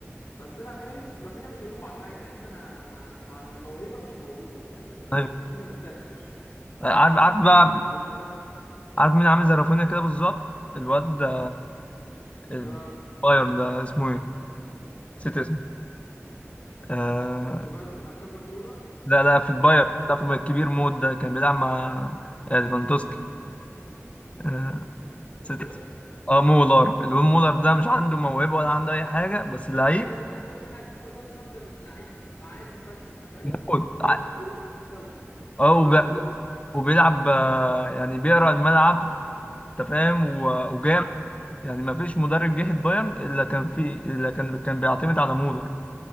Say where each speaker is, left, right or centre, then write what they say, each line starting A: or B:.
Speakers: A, on the left; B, on the left.
A: بس انا فاهم رافينيا مش هلومه على حاجه لان انا ما ما موهبه مش موجوده لا، ر- ر-
B: ايوه
A: رافينيا مجتهد فشخ
B: عارف عارف بقى
A: بيلعب باجتهاده
B: عارف مين عامل زي رافينيا كده بالظبط الواد ده البايرن
A: اه
B: ده اسمه ايه نسيت اسمه آه
A: الصغير عندنا في برشلونه
B: لا لا في البايرن
A: مم.
B: لا في البايرن الكبير مود ده كان بيلعب مع آه، ليفاندوسكي آه نسيت
A: مولر
B: اسمه اه مولر الواد مولر ده مش عنده موهبة ولا عنده أي حاجة بس لعيب
A: ايوه ولا عنده اي حاجه مولر ده ستاندرد لعيب عادي فشخ فاهم
B: موت
A: بس
B: ع-
A: هو عنده روح كده
B: اه
A: وبيلعب
B: وب-
A: بروح
B: وبيلعب آه، يعني بيقرا الملعب انت فاهم و- وجامد
A: اه
B: يعني ما فيش مدرب جه البايرن الا كان في الا كان كان بيعتمد على مولر